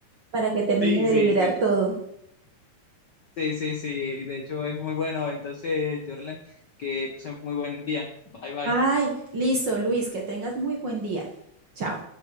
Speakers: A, on the right (about 50°); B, on the left (about 60°).
A: para que termine
B: Sí,
A: de
B: sí,
A: liberar
B: sí,
A: todo.
B: sí, sí, sí, de hecho es muy bueno. Entonces, Jordan, que pasen muy buen día. Bye, bye.
A: Ay, listo, Luis, que tengas muy buen día. Chao.